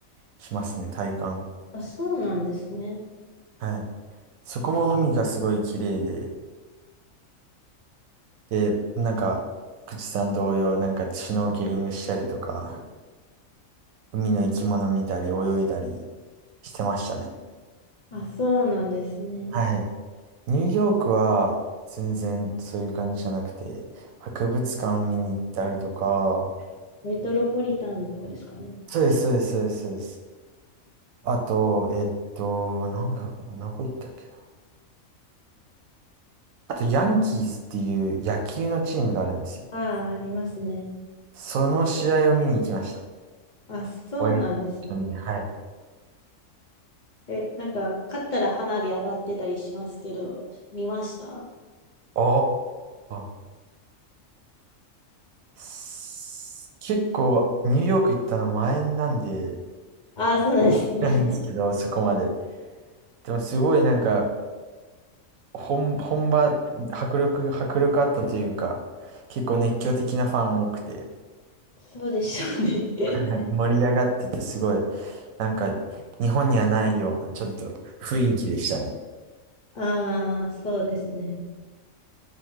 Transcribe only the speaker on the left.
あ、そうなんですね。
あ、そうなんですね。
メトロポリタンとかですかね。
ああ、ありますね。
あ、そうなんですね。
え、なんか、勝ったら花火上がってたりしますけど、見ました
ああー、そうなんですね。
<laughs> そうでしょうね。
<laughs> ああ、まあ、そうですね。